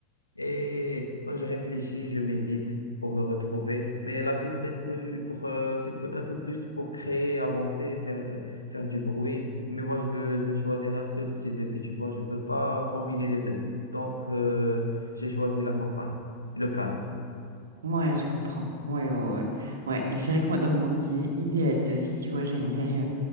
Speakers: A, on the left (about 85°); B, on the right (about 65°).
A: Et moi, je réfléchis, je médite pour me retrouver. Mais la vie, c'est un peu pour, euh, c'est peu- un peu plus pour créer, avancer, faire, euh, faire du bruit. Mais moi, je veux, je veux choisir un seul style de vie. Tu vois, je peux pas combiner les deux. Donc, euh, j'ai choisi la campagne, le calme.
B: Ouais, je comprends. Ouais, ouais, ouais. Ouais. Et c'est vrai que moi, dans mon idé- idéal de vie, tu vois, j'aimerais euh,